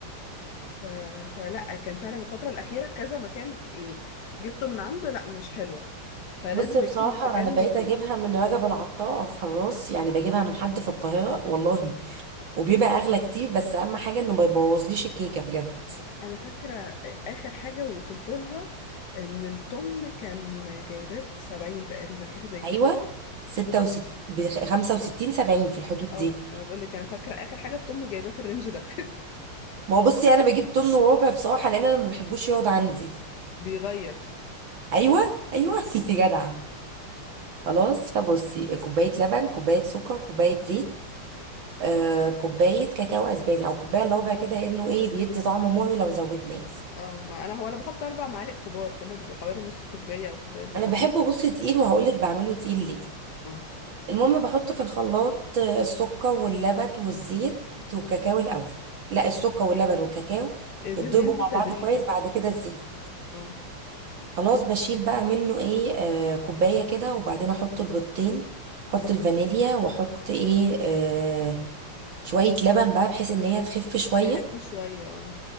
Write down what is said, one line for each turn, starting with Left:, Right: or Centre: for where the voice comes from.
Left: ف... فلا كان فعلا الفتره الاخيره كذا مكان يعني جبته من عنده لا مش حلوه فلازم
Right: بصي
Left: بجيبه
Right: بصراحة
Left: من مكان
Right: أنا بقيت
Left: مضمون
Right: أجيبها من رجب العطار أو حراس يعني بجيبها من حد في القاهرة والله وبيبقى أغلى كتير بس أهم حاجة إنه ما يبوظليش الكيكة بجد
Left: انا فاكره اخر حاجه وصلت لها ان الطمن كان جايباه ب 70 تقريبا حاجه زي كده
Right: أيوة ستة وست بخمسة وستين سبعين في الحدود
Left: اه
Right: دي
Left: ما بقول لك انا فاكره اخر حاجه الطمن جايباه في الرينج ده
Right: ما هو بصي أنا بجيب طن وربع بصراحة لأن أنا ما بحبوش يقعد عندي
Left: <laughs> بيغير
Right: أيوة أيوة <laughs> أنت جدعة خلاص فبصي كوباية لبن كوباية سكر كوباية زيت آه
Left: اه
Right: كوباية كاكاو أسباني أو كوباية إلا ربع كده إنه إيه بيدي طعم مر لو زودناه
Left: اه ما انا هو انا بحط اربع معالق كبار فهم بيبقى حوالي نص كوبايه او كوبايه الا
Right: انا
Left: ربع
Right: بحبه بصي تقيل وهقولك بعمله تقيل ليه
Left: اه
Right: المهم بحط في الخلاط آه، السكر واللبن والزيت والكاكاو الاول لا السكر واللبن والكاكاو
Left: الزيت
Right: بتضربوا
Left: بينزل
Right: مع
Left: تدريجي
Right: بعض كويس بعد كده الزيت
Left: اه
Right: خلاص بشيل بقى منه ايه آه كوبايه كده وبعدين احط البيضتين احط
Left: م.
Right: الفانيليا واحط ايه آه شويه لبن بقى بحيث ان هي تخف شويه
Left: بيخف شويه اه